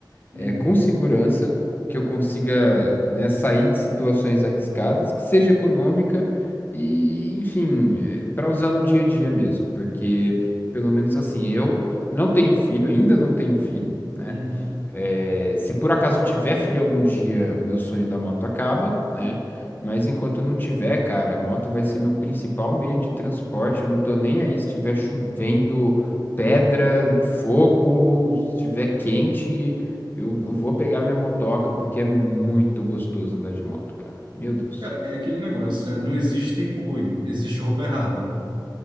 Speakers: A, on the right (about 80°); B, on the left (about 25°).
A: Uhum,
B: é, com segurança, que eu consiga, né, sair de situações arriscadas, que seja econômica e, enfim, para usar no dia a dia mesmo, porque pelo menos assim, eu não tenho filho, ainda não tenho filho. né?
A: uhum,
B: É, se por acaso eu tiver filho algum dia, meu sonho da moto acaba, né? Mas enquanto eu não tiver, cara, a moto vai ser meu principal meio de transporte. Eu não tô nem aí se estiver chovendo pedra,
A: uhum.
B: fogo, se estiver quente, eu, eu vou pegar minha motoca, porque é muito gostoso andar de moto, cara. Meu Deus.
A: Cara, é aquele negócio, né? Não existe tempo ruim, existe roupa errada.